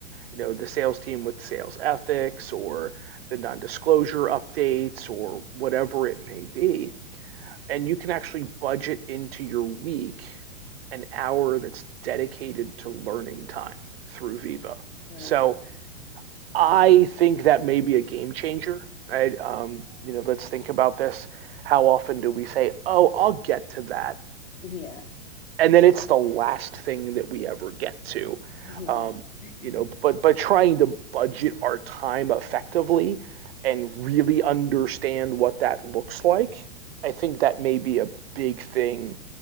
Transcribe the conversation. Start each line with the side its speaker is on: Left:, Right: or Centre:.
Right: you know the sales team with sales ethics or the non-disclosure updates or whatever it may be. And you can actually budget into your week an hour that's dedicated to learning time through Viva.
Left: Okay.
Right: So I think that may be a game changer, right? Um, you know, let's think about this. How often do we say, "Oh, I'll get to that,"
Left: Yeah.
Right: and then it's the last thing that we ever get to,
Left: Yeah.
Right: um,
Left: <laughs>
Right: you know? But but trying to budget our time effectively and really understand what that looks like, I think that may be a big thing